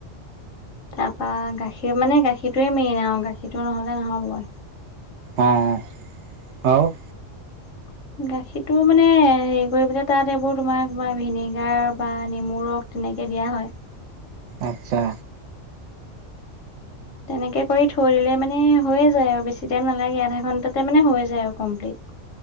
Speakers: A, on the left; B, on the right.
A: তাৰপা গাখীৰ, মানে গাখীৰটোৱে মেইন আৰু গাখীৰটো নহ'লে নহ'বই।
B: অ', আৰু?
A: <inaudible> গাখীৰটো মানে হেৰি কৰিবলে তাত এইবোৰ তোমাৰ তোমাৰ ভিনেগাৰ বা নেমুৰ ৰখ দিম। এনেকে দিয়া হয়।
B: আচ্ছা।
A: তেনেকে কৰি থৈ দিলে মানে হৈয়ে যাই আৰু বেছি টাইম নালাগে, আধা ঘণ্টাতে মানে হয় যাই কমপ্লিট।